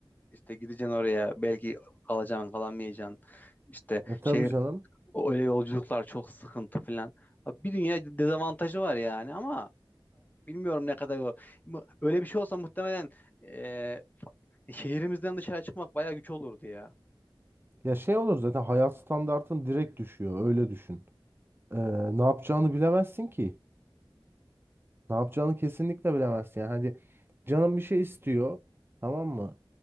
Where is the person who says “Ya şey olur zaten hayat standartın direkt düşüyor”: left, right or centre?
Right